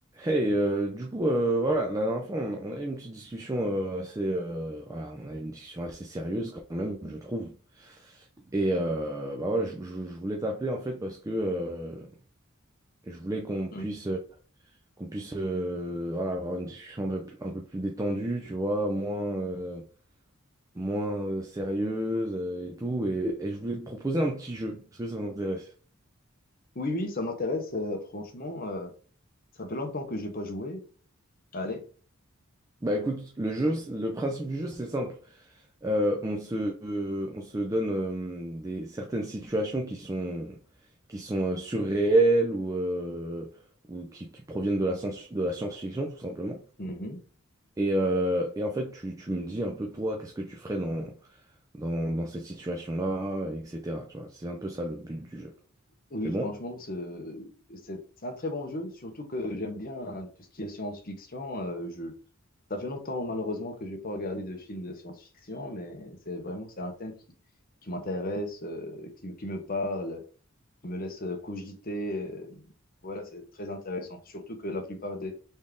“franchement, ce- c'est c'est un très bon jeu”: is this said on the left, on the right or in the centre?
Left